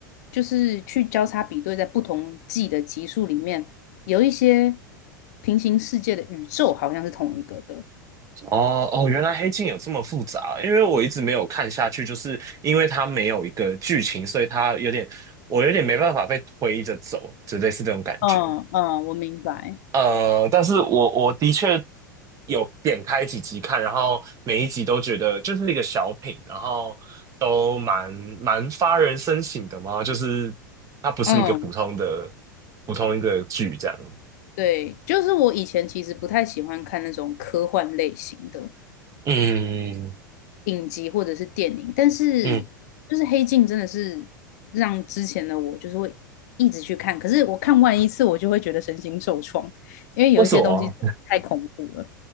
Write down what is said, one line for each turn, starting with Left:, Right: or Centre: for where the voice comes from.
Left: 就是去交叉比对，在不同季的集数里面，有一些平行世界的宇宙好像是同一个的。
Right: 哦哦，原来《黑镜》有这么复杂，因为我一直没有看下去，就是因为它没有一个剧情，所以它有点我有点没办法被推着走，就类似这种感觉。
Left: 嗯嗯，我明白。
Right: 呃，但是我我的确有点开几集看，然后每一集都觉得就是一个小品，然后都蛮蛮发人深省的嘛，就是它不是一个普通的
Left: 嗯，
Right: 普通一个剧这样。
Left: 对，就是我以前其实不太喜欢看那种科幻类型的。
Right: 嗯
Left: 影集或者是电影，但是就是《黑镜》真的是让之前的我就是会一直去看，
Right: 嗯，
Left: 可是我看完一次我就会觉得身心受创，因为有一些东西太恐怖了。
Right: 为什么？